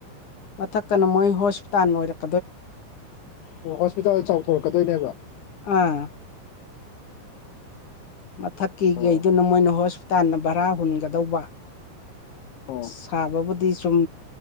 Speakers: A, on the left; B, on the left.
A: ꯃꯊꯛꯀꯅ ꯃꯣꯏ ꯍꯣꯁꯄꯤꯇꯥꯟ ꯑꯣꯏꯔꯛ
B: ꯑꯣ ꯍꯣꯁꯄꯤꯇꯥꯜ ꯆꯥꯎꯊꯣꯔꯛꯀꯗꯣꯏꯅꯦꯕ꯫
A: ꯑꯥ꯫ ꯃꯊꯛꯀꯤ
B: ꯑꯣ
A: ꯒꯩꯗꯨꯅ ꯃꯣꯏꯅ ꯍꯣꯁꯄꯤꯇꯥꯟꯅ ꯚꯔꯥ ꯍꯨꯟꯒꯗꯧꯕ꯫
B: ꯑꯣ
A: ꯁꯥꯕꯕꯨꯗꯤ ꯁꯨꯝ